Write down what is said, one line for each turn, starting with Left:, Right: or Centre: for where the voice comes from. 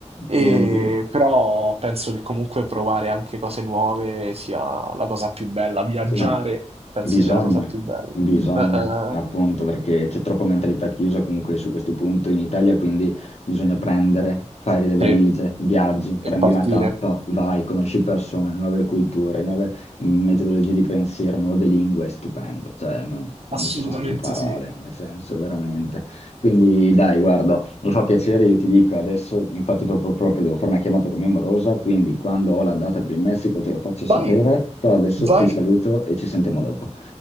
Right: E-
Left: Mio Dio.
Right: Però penso che comunque provare anche cose nuove sia la cosa più bella, viaggiare
Left: Sì, no,
Right: penso
Left: bisogna,
Right: sia la cosa più bella.
Left: bisogna,
Right: Eh, eh,
Left: appunto, perché c'è troppa mentalità chiusa comunque su questo punto in Italia, quindi bisogna prendere, fare le valigie,
Right: sì.
Left: viaggi, prendi
Right: E partire.
Left: una tappa, vai, conosci persone, nuove culture, nuove metodologie di pensiero, nuove lingue, è stupendo, cioè non, non
Right: Assolutamente
Left: ci sono altre parole,
Right: sì.
Left: nel senso, veramente. Quindi dai, guarda. Mi fa piacere, io ti dico adesso, infatti proprio, proprio devo fare una chiamata con mia morosa, quindi quando ho la data per il Messico te lo faccio sapere,
Right: Vai,
Left: però adesso
Right: vai.
Left: ti saluto e ci sentiamo dopo.